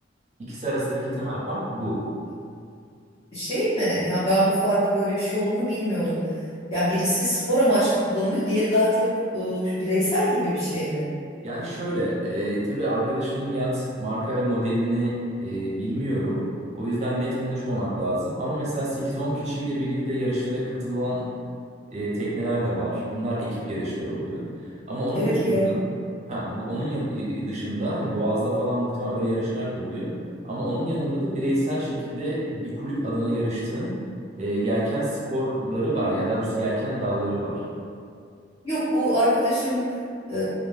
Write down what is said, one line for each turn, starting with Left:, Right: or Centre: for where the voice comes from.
Right: İkisi arasındaki temel fark bu.
Left: Şey mi? Ya ben bu farkı böyle bir şey olduğunu bilmiyordum. Yani birisi spor amaçlı kullanılıyor, diğeri daha çok e, bireysel gibi bir şey mi?
Right: Yani şöyle, e, tabii arkadaşının yat marka ve modelini e, bilmiyorum. O yüzden net konuşmamak lazım. Ama mesela sekiz on kişiyle birlikte yarışlara katılan e, tekneler de var. Bunlar ekip yarışları oluyor. Ama onun
Left: Evet
Right: dışında
Left: gördüm.
Right: ha bu onun yan- y- dışında hani Boğaz'da falan muhtemelen öyle yarışlar da oluyor. Ama onun yanında da bireysel şekilde bir kulüp adına yarıştığın e, yelken sporları var. Yani daha doğrusu yelken dalları var.
Left: Yok bu arkadaşım e,